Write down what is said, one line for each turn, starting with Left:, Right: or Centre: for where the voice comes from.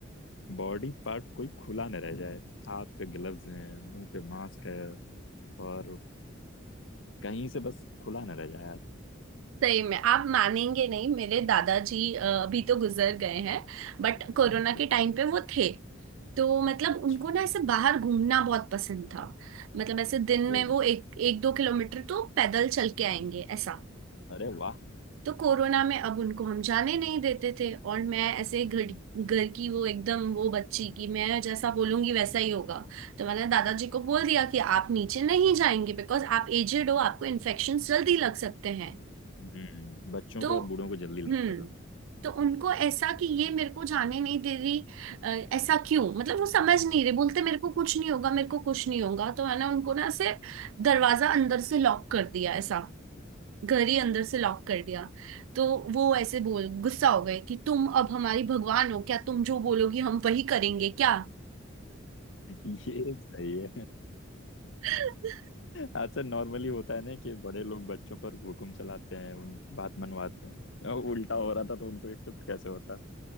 Left: बॉडी पार्ट कोई खुला न रह जाए हाथ पे ग्लव्स हैं मुंह पे मास्क है और कहीं से बस खुला ना रह जाए यार
Right: सही में आप मानेंगे नहीं मेरे दादाजी अ, अभी तो गुजर गए हैं बट कोरोना
Left: अच्छा
Right: के टाइम पे वो थे तो मतलब
Left: अच्छा
Right: उनको ना ऐसे बाहर घूमना बहुत पसंद था मतलब ऐसे दिन
Left: ओ
Right: में वो एक एक दो किलोमीटर तो पैदल चल के आएंगे ऐसा
Left: अरे वाह
Right: तो कोरोना में अब उनको हम जाने नहीं देते थे और मैं ऐसे घर
Left: हम्म
Right: घर की वो एकदम वो बच्ची की मैं जैसा बोलूंगी वैसा ही होगा तो मैंने दादाजी को बोल दिया कि आप नीचे नहीं जाएंगे बिकॉज आप एजेड हो आपको इन्फेक्शन जल्दी लग सकते हैं
Left: हम्म, बच्चों
Right: तो
Left: को और बूढ़ों को जल्दी लगता
Right: हम्म
Left: था
Right: तो उनको ऐसा कि ये मेरे को जाने नहीं दे रही अ, ऐसा क्यों मतलब वो समझ नहीं रहे बोलते मेरे को कुछ नहीं होगा मेरे को कुछ नहीं होगा तो मैंने उनको ना ऐसे दरवाजा अंदर से लॉक कर दिया ऐसा घर ही अंदर से लॉक कर दिया तो वो ऐसे बोल गुस्सा हो गए कि तुम अब हमारी भगवान हो क्या तुम जो बोलोगी हम वही करेंगे क्या
Left: ये सही है
Right: <laughs>
Left: अच्छा नॉर्मली होता है ना कि बड़े लोग बच्चों पर हुक्म चलाते हैं उन बात मनवाते हैं और उल्टा हो रहा था तो उनको एक्सेप्ट कैसे होता